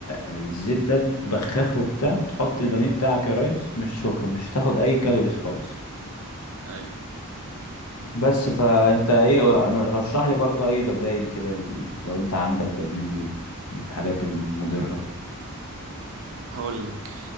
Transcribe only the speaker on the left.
الزيت ده بخاخه بتاع تحط البانيه بتاعك يا ريس مش شكرا مش هتاخد اي كالوريز خالص
بس فانت ايه أنا- رشح لي برضو اي بدايل كده لل... لو انت عندك بديل لل... للحاجات المضرة